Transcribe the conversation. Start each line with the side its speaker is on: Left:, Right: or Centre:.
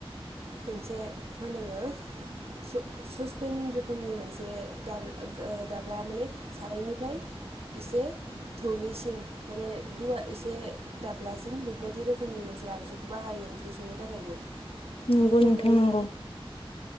Right: मोनसे <unintelligible> ससपेन रोखोनि मोन जे दाब ओ दाब्ला माने सारायनिफ्राय एसे थौलिसिन माने गुवार एसे दाब्लासिन बेफोरबायदि रोखोमनि मोनसे आगजु बाहायो ओंख्रि संनो थाखायबो।
Left: नंगौ
Right: बेनि
Left: नंगौ
Right: अगायैबो
Left: नोंथां नंगौ